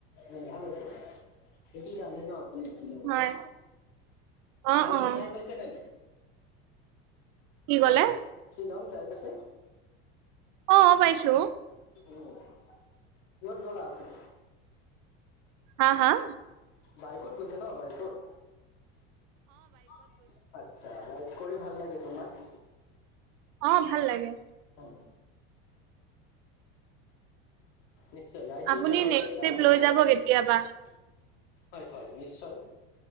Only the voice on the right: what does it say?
হয় অ',
অ',
কি ক'লে?
অ' পাইছো।
হাঁ হাঁ?
অ' ভাল লাগে।
আপুনি
নেক্সট
ট্ৰিপ লৈ
যাব
কেতিয়াবা